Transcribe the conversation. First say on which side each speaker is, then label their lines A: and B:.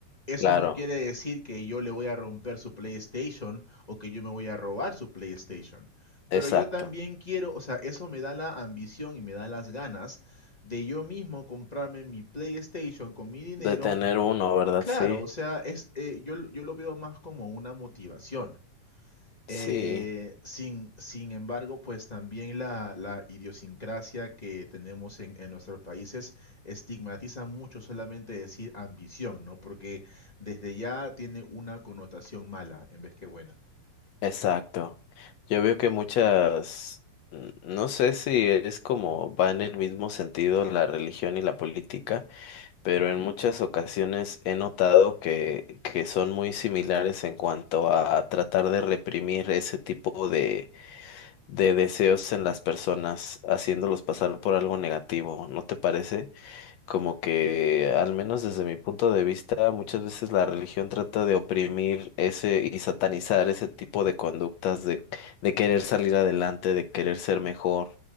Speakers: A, on the left; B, on the left.
A: Eso
B: Claro,
A: no quiere decir que yo le voy a romper su PlayStation o que yo me voy a robar su PlayStation. Pero
B: exacto.
A: yo también quiero, o sea, eso me da la ambición y me da las ganas de yo mismo comprarme mi PlayStation con mi dinero.
B: De tener uno, ¿verdad?
A: Claro,
B: Sí,
A: o sea, es, eh, yo, lo- yo lo veo más como una motivación. Eh,
B: sí,
A: sin, sin embargo, pues también la, la idiosincrasia que tenemos en, en nuestros países estigmatiza mucho solamente decir ambición, ¿no? Porque desde ya tiene una connotación mala en vez que buena.
B: exacto. Yo veo que muchas, mm, no sé si es como va en el mismo sentido la religión y la política pero en muchas ocasiones he notado que, que son muy similares en cuanto a tratar de reprimir ese tipo de, de deseos en las personas, haciéndolos pasar por algo negativo, ¿no te parece? como que, al menos desde mi punto de vista, muchas veces la religión trata de oprimir ese y satanizar ese tipo de conductas de, de querer salir adelante, de querer ser mejor.